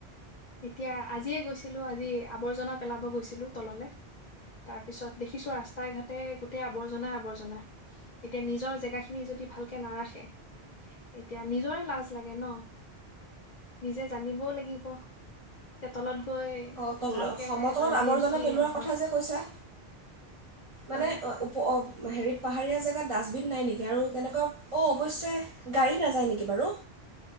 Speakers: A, on the left (about 50°); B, on the right (about 35°).
A: এতিয়া আজিয়ে গৈছিলো আজিয়ে আৱৰ্জনা পেলাব গৈছিলো তললে, তাৰ পিছত দেখিছো ৰাস্তা ঘাটে গোটেই আৱৰ্জনাই আৱৰ্জনা, এতিয়া নিজৰ জেগা খিনি যদি ভালকে নাৰাখে এতিয়া নিজৰে লাজ লাগে ন'। নিজে জানিবও লাগিব। তলত। গৈ
B: অ', তল
A: ভালকে
B: সমতলত
A: এটা জি
B: আৱৰ্জনা
A: এম চি
B: পেলোৱাৰ
A: হয়
B: কথা যে কৈছা।
A: হয়
B: মানে উপ, হেৰিত পাহাৰীয়া জেগাত ডাষ্টবিন নাই নেকি আৰু তেনেকুৱা অ অৱশ্যে গাড়ী নাযায় নেকি বাৰু?